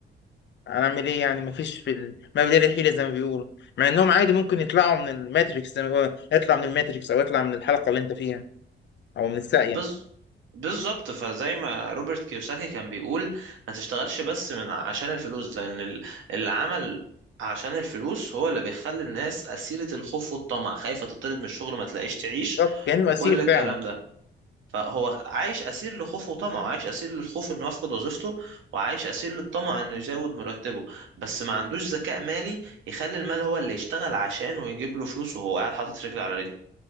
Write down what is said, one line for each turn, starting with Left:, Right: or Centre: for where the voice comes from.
Left: هنعمل ايه يعني مفيش في ال... ما بين الحيلة زي ما بيقولوا مع انهم عادي ممكن يطلعوا من الماتريكس زي ما بيقولوا اطلع من الماتريكس او اطلع من الحلقة اللي انت فيها او من الساقية
Right: بز... بالظبط فزي ما روبرت كيوساكي كان بيقول ما تشتغلش بس من عشان الفلوس لأن ال- العمل عشان الفلوس هو اللي بيخلي الناس أسيرة الخوف والطمع خايفة تطرد من الشغل ما تلاقيش تعيش
Left: بالظبط كأنه
Right: وكل
Left: اسير
Right: الكلام
Left: فعلا
Right: ده فهو عايش اسير لخوفه وطمعه عايش اسير للخوف انه يفقد وظيفته وعايش اسير للطمع انه يزود مرتبه بس ما عندوش ذكاء مالي يخلي المال هو اللي يشتغل عشانه ويجيب له فلوس وهو قاعد حاطط رجل على رجل